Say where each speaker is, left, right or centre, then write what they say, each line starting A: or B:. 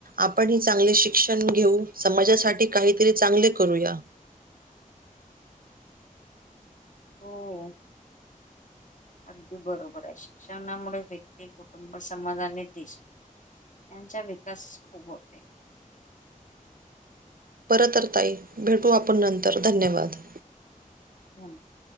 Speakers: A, on the right; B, on the left.
A: आपण ही चांगले शिक्षण घेऊ समाजासाठी काहीतरी चांगले करूया.
B: हो. अगदी बरोबर आहे शिक्षणामुळे व्यक्ती कुटुंब समाधानी दिस यांचा विकास खूप होते.
A: बरं तर ताई भेटू आपण नंतर धन्यवाद.
B: <inaudible>